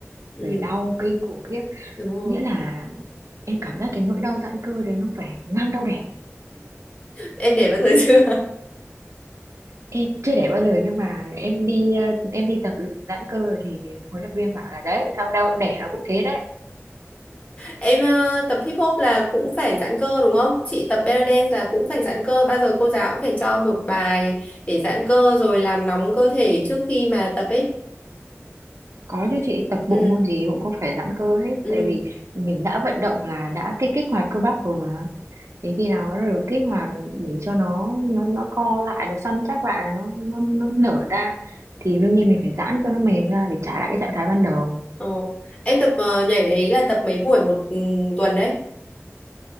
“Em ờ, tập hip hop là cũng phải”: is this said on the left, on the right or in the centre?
Left